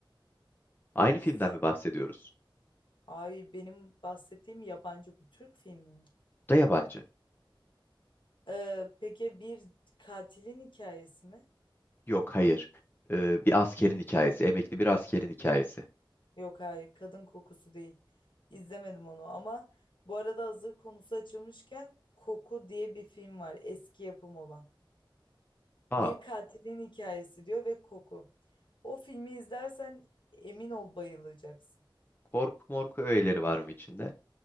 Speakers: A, on the left; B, on the left.
A: Aynı filmden
B: bir sen.
A: mi bahsediyoruz?
B: Hayır benim bahsettiğim yabancı bu Türk filmi mi?
A: Bu da yabancı.
B: Ee, peki bir katilin hikayesi mi?
A: Yok, hayır. Ee, bir askerin hikayesi. Emekli bir askerin hikayesi.
B: Yok hayır kadın kokusu değil. İzlemedim onu ama bu arada hazır konusu açılmışken Koku diye bir film var eski yapım olan.
A: Aa,
B: Bir katilin hikayesi diyor ve Koku. O filmi izlersen emin ol bayılacaksın.
A: korku morku öğeleri var mı içinde?